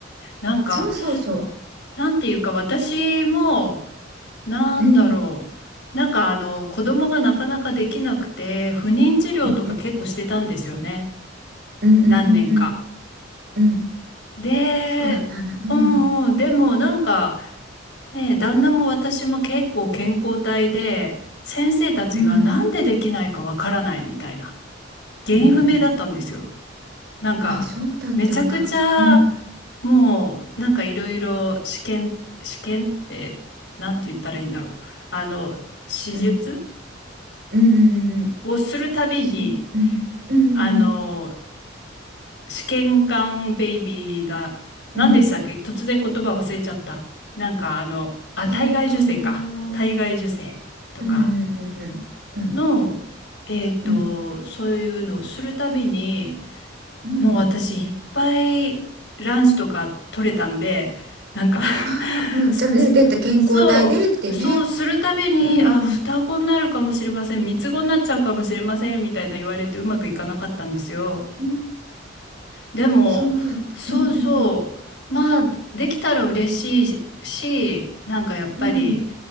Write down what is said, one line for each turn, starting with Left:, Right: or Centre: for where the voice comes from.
Left: なんか、
Right: そうそうそ
Left: なんていうか、私も、なんだろう、
Right: う。うん、
Left: なんかあの、子供がなかなかできなくて、不妊治療とか結構してたんですよね。
Right: うん、うん、うん、
Left: 何年か。
Right: うん、うん。うんうん
Left: で、
Right: そうだったんだ。うん、
Left: うんうん、でもなんか、ねえ、旦那も私も結構健康体で、先生たちがなんでできないかわからないみたいな、
Right: うん、
Left: 原因不明だったんですよ。
Right: うん、うん。
Left: なんか、
Right: あ、そうだったんだ。
Left: めちゃくちゃ、
Right: うん、
Left: もう、なんかいろいろ試験、試験って、なんて言ったらいいんだろう。あの、手術
Right: うん、うん、うん、うん。
Left: をするたびに、
Right: しゅ、うん、うん、うん、
Left: あの、試験管ベイビーだ、何でしたっけ突然言葉忘れちゃった。
Right: うん。うん
Left: なんかあの、あ、
Right: えーっと、
Left: 体外受精か。
Right: うん、
Left: 体外受精とか。
Right: うん、うん、
Left: の、えっと、
Right: うん、うん、
Left: そういうのをするたびに、
Right: うん。うん
Left: もう私いっぱいランチとか取れたんで、なんか
Right: ああ、
Left: <laughs>
Right: うん、
Left: すすそう、
Right: じゃあ、ね、出て健康体でってね。
Left: そうするたびに、
Right: うん。
Left: あ、双子になるかもしれません、三つ子になっちゃうかもしれません、みたいな言われてうまくいかなかったんですよ。
Right: うん
Left: でも、
Right: そうだった。
Left: そうそう、
Right: うんうん。
Left: まあ、できたら嬉しいし、なんかやっぱり、
Right: うん。